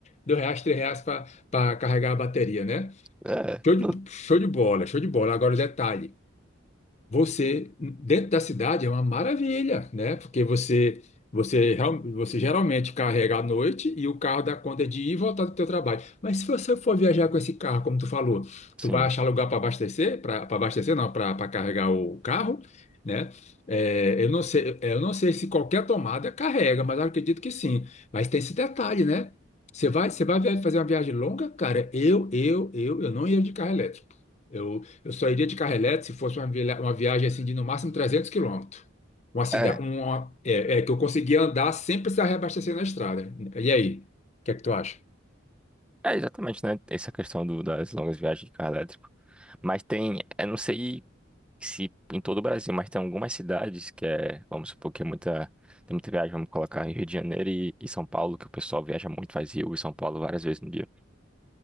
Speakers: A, on the left; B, in the centre.
A: dois reais, três reais para carregar a bateria, né?
B: É,
A: Show de,
B: não,
A: show de bola, show de bola. Agora o detalhe você dentro da cidade é uma maravilha, né? Porque você você real- você geralmente carrega à noite e o carro dá conta de ir e voltar do teu trabalho. Mas se você for viajar com esse carro, como tu falou,
B: sim.
A: tu vai achar lugar para abastecer, para abastecer não, para carregar o carro, né? É, eu não sei, eu não sei se qualquer tomada carrega, mas eu acredito que sim. Mas tem esse detalhe, né? Você vai, você vai via- fazer uma viagem longa, cara. Eu, eu, eu, eu não ia de carro elétrico eu só iria de carrelete se fosse uma, vilha- uma viagem assim de no máximo 300 quilômetros. Uma cidade,
B: É.
A: uma, é, é, que eu conseguia andar sem precisar reabastecer na estrada. E aí, o que é que tu acha?
B: É, exatamente, né? Essa questão do- das longas viagens de carro elétrico. Mas tem, eu não sei se em todo o Brasil, mas tem algumas cidades que é, vamos supor que é muita, tem muita viagem, vamos colocar Rio de Janeiro e, e São Paulo, que o pessoal viaja muito, faz Rio e São Paulo várias vezes no dia